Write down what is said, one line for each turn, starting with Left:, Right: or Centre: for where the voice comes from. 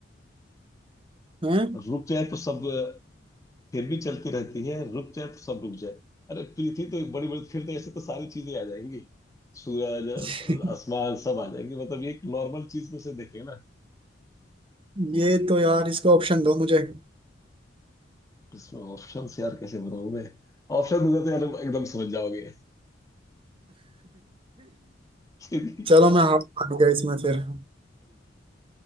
Right: है
Left: रुक जाए तो सब फिर भी चलती रहती है रुक जाए तो सब रुक जाए अरे पृथ्वी तो बड़ी बड़ी फिर तो ऐसे तो सारी चीजें आ जाएंगी सूरज
Right: <laughs>
Left: आसमान सब आ जाएंगे मतलब ये एक नॉर्मल चीज में से देखिए ना
Right: ये तो यार इसका ऑप्शन दो मुझे <laughs>
Left: इसमें ऑप्शन यार कैसे बनाऊं मैं ऑप्शन दूंगा तो यार एकदम समझ जाओगे घड़ी
Right: चलो मैं हाथ मान गया इसमें फिर